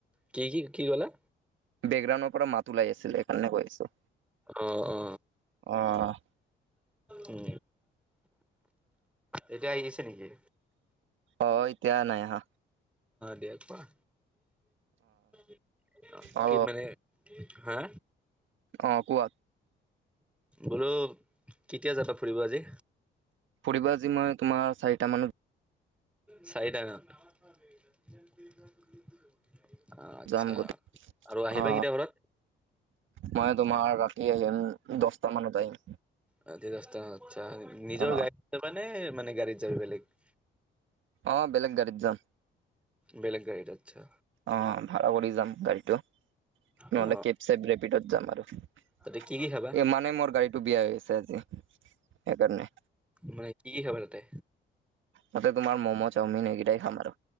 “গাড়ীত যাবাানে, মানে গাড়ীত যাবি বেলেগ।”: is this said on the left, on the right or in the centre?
Centre